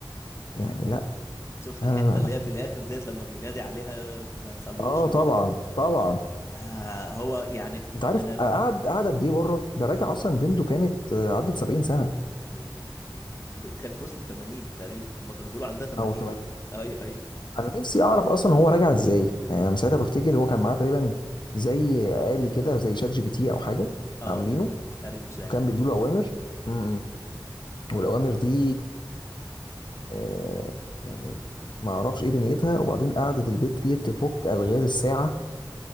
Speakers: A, on the left; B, on the left.
A: يعني لا
B: شفت
A: لا
B: الحتة
A: لا, لا.
B: اللي هي في الآخر ديت لما بينادي عليها ما تخلوش
A: اه
B: يخرج
A: طبعا طبعا
B: ده هو يعني
A: انت عارف
B: أنا
A: قعد قعد قد ايه بره ده راجع اصلا بنته كانت آه، عدت 70 سنه
B: أيوه ده كانت وصلت 80 تقريبا هما كانوا بيقولوا عندها 80
A: او تمام
B: أيوه أيوه
A: انا نفسي اعرف اصلا هو راجع ازاي يعني انا ساعتها بفتكر
B: <laughs>
A: هو كان معاه تقريبا زي آلي كده زي شات جي بي تي او حاجه
B: أه
A: عاملينه
B: آلي مساعد
A: وكان بيديله اوامر امم والاوامر دي آه يعني ما اعرفش ايه دنيتها وبعدين قعدت البت دي تفك الغاز الساعه